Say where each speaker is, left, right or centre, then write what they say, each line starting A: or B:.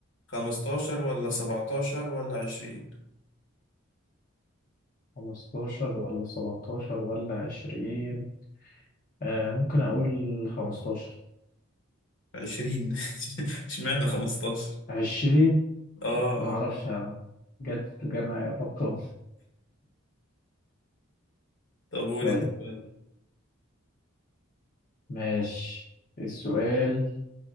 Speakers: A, on the left; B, on the left.
A: 15 ولا 17 ولا 20
B: 15 ولا 17 ولا 20 آه ممكن أقول 15
A: 20 <laughs> اشمعنى 15
B: 20
A: اه
B: معرفش
A: اه آه.
B: جت جمع الرقم
A: طب قول
B: <laughs> طيب
A: انت طيب
B: ماشي السؤال